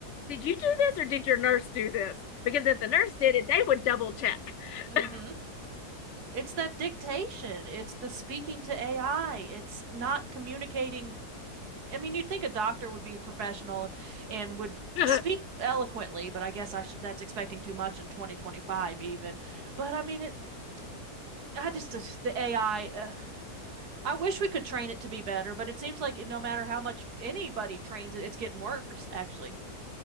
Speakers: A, on the left (about 60°); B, on the right (about 75°).
A: did you do this or did your nurse do this? Because if the nurse did it, they would double check.
B: Mm-hmm.
A: <laughs>
B: It's that dictation. It's the speaking to AI. It's not communicating. I mean, you'd think a doctor would be professional and would
A: yeah,
B: speak eloquently, but I guess I sh that's expecting too much in 2025 even. But I mean, it I just the AI uh, I wish we could train it to be better, but it seems like no matter how much anybody trains it, it's getting worse, actually.